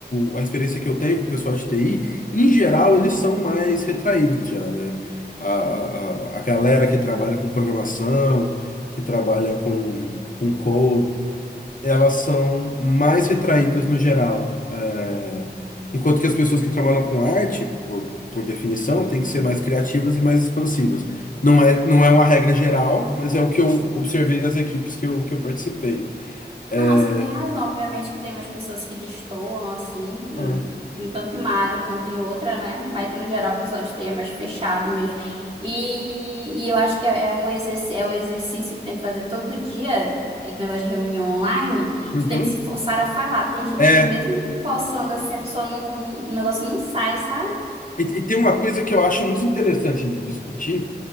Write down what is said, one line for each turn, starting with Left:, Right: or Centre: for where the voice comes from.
Left: o- a experiência que eu tenho com o pessoal de TI, em geral eles são mais retraídos já, né? A, a, a a galera que trabalha com programação, que trabalha com, com code, elas são mais retraídas no geral. É, Enquanto que as pessoas que trabalham com arte, por, por definição, têm que ser mais criativas e mais expansivas. Não é, não é uma regra geral, mas é o que eu observei nas equipes que eu, que eu participei. É,
Right: Não, você tem razão. Obviamente que tem umas pessoas que destoam, assim, n-
Left: Ah,
Right: em tanto em uma área quanto em outra, né? Mas, no geral, o pessoal esteja mais fechado mesmo. E, e eu acho que é, é um exercício, é um exercício que tem que fazer todo dia, é que negócio de reunião online,
Left: uhum.
Right: tu tem que se forçar a falar. Tem gente
Left: É,
Right: que mesmo forçando assim, a pessoa não, não- o negócio não sai, sabe?
Left: e, e tem uma coisa que eu acho muito interessante de discutir,